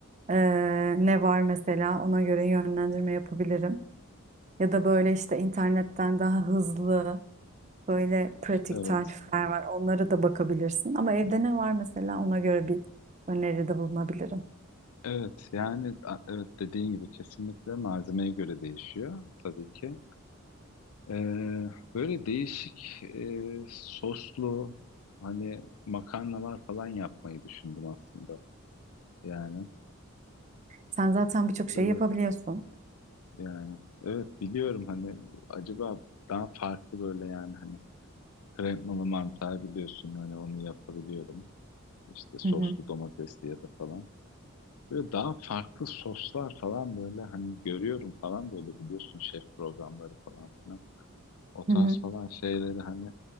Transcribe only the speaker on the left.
Evet.
Evet, yani a- evet dediğin gibi kesinlikle malzemeye göre değişiyor tabii ki. Ee, böyle değişik e, soslu hani makarnalar falan yapmayı düşündüm aslında. Yani
ee,
yani evet biliyorum hani acaba daha farklı böyle yani hani kremalı mantar biliyorsun hani onu yapabiliyorum. İşte soslu
domatesli ya da falan. Böyle daha farklı soslar falan böyle hani görüyorum falan böyle biliyorsun şef programları falan filan. O tarz
falan şeyleri hani